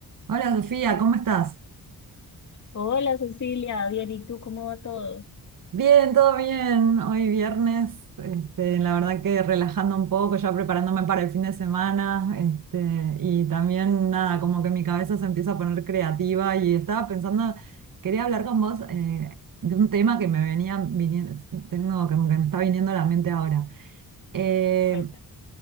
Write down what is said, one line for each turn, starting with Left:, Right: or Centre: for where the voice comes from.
Right: Hola Sofía, ¿cómo estás?
Left: Hola Cecilia, bien, ¿y tú cómo va todo?
Right: Bien, todo bien. Hoy viernes, este, la verdad que relajando un poco, ya preparándome para el fin de semana, este, y también nada, como que mi cabeza se empieza a poner creativa y estaba pensando, quería hablar con vos eh, de un tema que me venía viniendo, tengo como que me está viniendo a la mente ahora. Eh,
Left: Cuéntame.